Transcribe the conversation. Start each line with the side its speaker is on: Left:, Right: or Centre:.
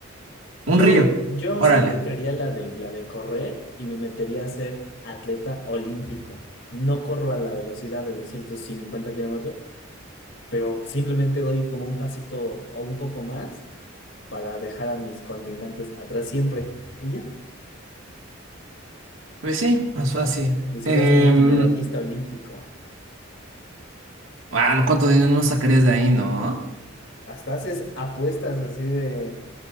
Left: Yo,
Right: un río,
Left: yo
Right: órale.
Left: sí aplicaría la de, la de correr y me metería a ser atleta olímpico. No corro a la velocidad de los 150 kilómetros, pero simplemente doy como un pasito o un poco más para dejar a mis contrincantes atrás siempre. Y ya.
Right: Pues sí, más fácil.
Left: Y serías
Right: Em,
Left: multimedallista olímpico.
Right: bueno, ¿cuánto dinero no sacarías de ahí, no?
Left: Hasta haces apuestas así de